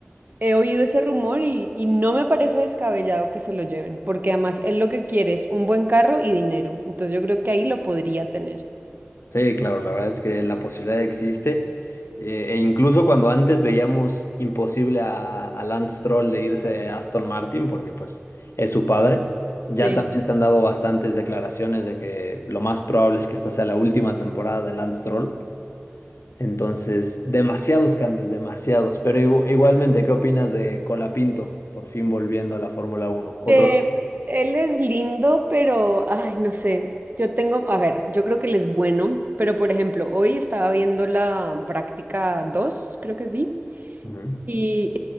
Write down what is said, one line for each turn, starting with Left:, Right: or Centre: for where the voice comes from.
Right: He oído ese rumor y, y no me parece descabellado que se lo lleven, porque además él lo que quiere es un buen carro y dinero. Entonces yo creo que ahí lo podría tener.
Left: Sí, claro, la verdad es que la posibilidad existe. eh, e incluso cuando antes veíamos imposible a, a Lance Stroll de irse a Aston Martin, porque pues es su padre, ya
Right: Sí.
Left: Mm. también se han dado bastantes declaraciones de que lo más probable es que esta sea la última temporada de Lance Stroll. Entonces, demasiados cambios, demasiados. Pero igu- igualmente, ¿qué opinas de Colapinto por fin volviendo a la Fórmula Uno? Otro.
Right: Eh, pues, él es lindo, pero, ay, no sé. Yo tengo, a ver, yo creo que él es bueno, pero por ejemplo, hoy estaba viendo la práctica 2 creo que vi.
Left: Ujú.
Right: Y,